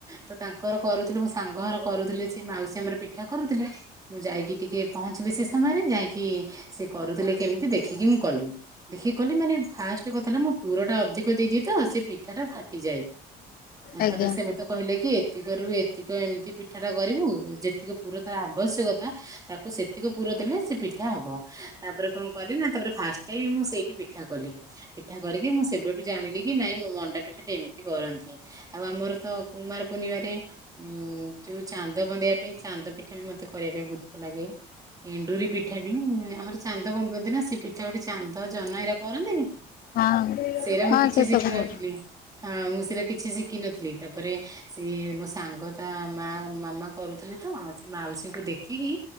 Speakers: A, on the right; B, on the left.
A: ତ ତାଙ୍କ କରୁ କରୁଥିଲୁ ବସି ସାଙ୍ଗଘର କରୁଥିଲେ ସେ ମାଉସୀ ଆମର ପିଠା କରୁଥିଲେ। ମୁଁ ଯାଇକି ଟିକେ ପହଞ୍ଚିଲି ସେ ଯାଇକି ସେି କରୁଥିଲେ କେମିତି ଦେଖିକି ମୁଁ କଲିି ଦେଖିକି କଲି ମାନେ ଫାଷ୍ଟ କଥା ହେଲା ମୁଁ ପୁର ଟା ଅଧିକ ଦେଇଦିଏ ତ ସେ ପିଠା ଟା ଫାଟିଯାଏ
B: ଆଜ୍ଞା।
A: ତାପରେ ସେ ମତେ କହିଲେ କି ଏତିକରୁ ଏତିକ ଏମିତି ପିଠା ଟା କରିବୁ ଯେତିକି ପୁର ତାର ଆବଶ୍ୟକତା ତାକୁ ସେତିକି ପୁର ଦେଲେ। ସେ ପିଠା ହବ ତାପରେ କଣ କଲି ନା ତାପରେ ଫାଷ୍ଟ ଟାଇମ ମୁଁ ସେଇଠି ପିଠା କଲି ପିଠା କରିକି ମୁଁ ସେବେଠୁ ଜାଣିଲି କି ନାଇଁ ମୋ ମଣ୍ଡା ପିଠା ଟେ ଏମିତି କରନ୍ତି। ଆଉ ଆମର ତ କୁମାର ପୂର୍ଣ୍ଣିମାରେ ଉଁ ଯୋଉ ଚାନ୍ଦ ବଧେଇବା ପାଇଁ ଚାନ୍ଦ ପିଠା ବି ମତେ କରିବା ପାଇଁ ବହୁତ ଭଲ ଲାଗେ। ଡୁରି ପିଠା ବି ଆମର ଚାନ୍ଦ ବନ୍ୁନ୍ତି ନା ସେ ସେ ଗୋଟେ ଚାନ୍ଦ ଜହନ ଏଇଟରା କରନ୍ତିନି
B: ହଁ
A: ସେରାମ
B: ହଁ
A: କିଛି
B: ସେ
A: ଶିଖିନଥିଲି।
B: ସବୁ
A: ହଁ ମୁଁ ସେଇଟା କିଛି ଶିଖିନଥିଲି ତାପରେ ସେିଏ ମୋ ସାଙ୍ଗ ତା ମା ମାମା କରୁଥିଲେ ତ ସେ ମାଉସୀଙ୍କୁ ଦେଖିକି